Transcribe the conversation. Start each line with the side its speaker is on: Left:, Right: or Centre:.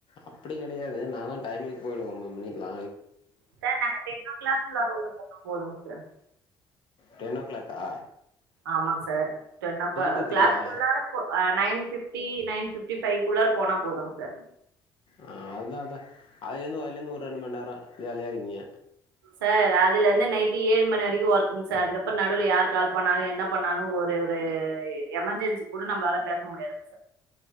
Left: அப்டி கிடையாது நாலா டைமுக் போயிடுவ ஒன்பது மணிக்கிலா
Right: சார் நாங்க டென் ஓ கிளாக் கூள்ளார உள்ள போன போதங் சார்
Left: டென் ஓ கிளாக்கா
Right: ஆமாங் சார் டென் ஓ ஓள
Left: டு த்ரீயா
Right: கிளாக் குள்ளார ப்போ அ nine fifty nine fifty five கூள்ளார போன போதுங் சார்
Left: ஆ அதா அதா அதுலந்து அதலந்து ஒரு ரெண்டு மண் நேர ஜாலியா இருக்கீங்க
Right: சார் அதுல இருந்து நைட் ஏழு மணி வரைக்கு ஒர்க்குங் சார் அதுக்கப்பற நடுவுல யார் கால் பண்ணாலு என்னப் பண்ணாலு ஒரு ஒரு எமர்ஜென்சி கூட நம்ப்ளால பேச முடியாது